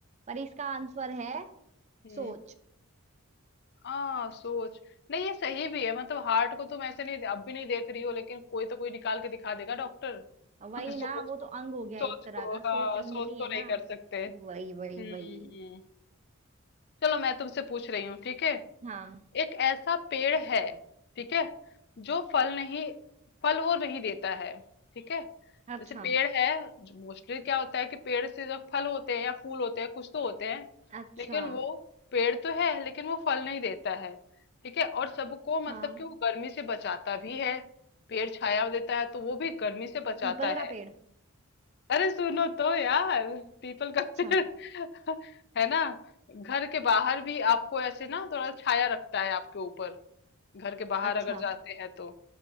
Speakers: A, on the right (about 30°); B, on the left (about 50°).
A: पर इसका आंसर है
B: हम्म
A: सोच
B: आ सोच नहीं ये सही भी है मतलब हार्ट को तुम ऐसे नहीं अब भी नहीं देख रही हो लेकिन कोई तो कोई निकाल के दिखा देगा डॉक्टर
A: वही
B: <laughs> सोच
A: ना वो तो
B: को
A: अंग हो गया
B: सोच
A: एक
B: को
A: तरह का
B: हाँ
A: सोच अंगनी
B: सोच को
A: है
B: नहीं
A: ना
B: कर सकते
A: वही वही
B: हम्म
A: वही
B: हम्म। चलो मैं तुमसे पूछ रही हूँ ठीक है
A: हाँ
B: एक ऐसा पेड़ है, ठीक है, जो फल नहीं फल वो नहीं देता है, ठीक है।
A: अच्छा
B: जैसे पेड़ है, मोस्टली क्या होता है कि पेड़ से जो फल होते हैं या फूल होते हैं, कुछ तो होते हैं,
A: अच्छा
B: लेकिन वो पेड़ तो है, लेकिन वो फल नहीं देता है, ठीक है। और सबको मतलब
A: हाँ
B: कि वो गर्मी से बचाता भी है, पेड़ छाया देता है, तो वो भी गर्मी से बचाता
A: पीपल का
B: है।
A: पेड़
B: अरे सुनो तो यार, पीपल का
A: अच्छा
B: पेड़ <laughs> है ना, घर के बाहर भी आपको ऐसे ना थोड़ा छाया रखता है आपके ऊपर घर के बाहर
A: अच्छा
B: अगर जाते हैं तो